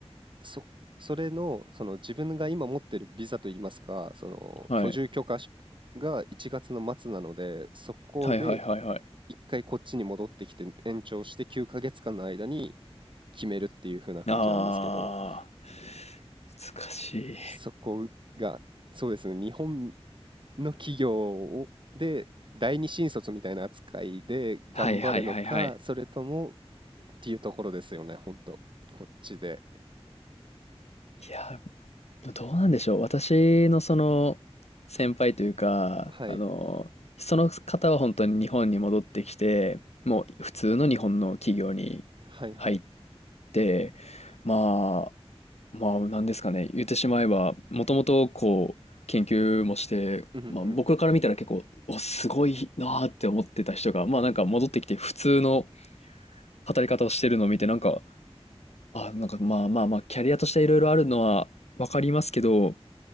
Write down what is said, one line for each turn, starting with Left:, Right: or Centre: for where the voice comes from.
Right: そ、それの、その自分が今持ってるビザといいますか、その居住許可しが1月の末なので、
Left: はい。
Right: そこで
Left: はいはいはいはい。
Right: 1回こっちに戻ってきて延長して9ヶ月間の間に決めるっていう風な感じなんですけど、
Left: ああ、難しい。
Right: そこが、そうですね、日本の企業をで第二新卒みたいな扱いで頑張るのか、
Left: はいはいはいはい。
Right: それともっていうところですよね、ほんと。こっちで。
Left: いや、どうなんでしょう。私のその先輩というか、
Right: はい。
Left: あの、その方は本当に日本に戻ってきて、もう普通の日本の企業に
Right: はいはい。
Left: 入って、まあ、まあ、なんですかね、言ってしまえば、もともとこう、研究もして、
Right: うん。
Left: まあ、僕から見たら結構、お、すごいなーって思ってた人が、まあなんか戻ってきて普通の働き方をしてるのを見て、なんか、あ、なんかまあまあまあ、キャリアとしていろいろあるのはわかりますけど、